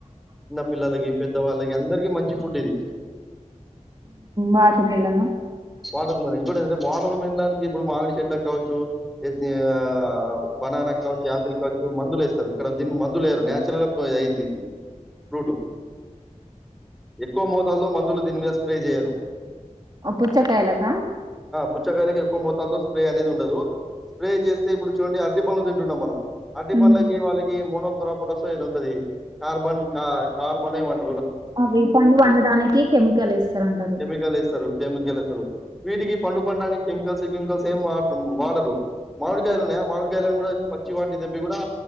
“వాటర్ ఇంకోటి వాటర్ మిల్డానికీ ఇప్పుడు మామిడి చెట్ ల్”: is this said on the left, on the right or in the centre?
Centre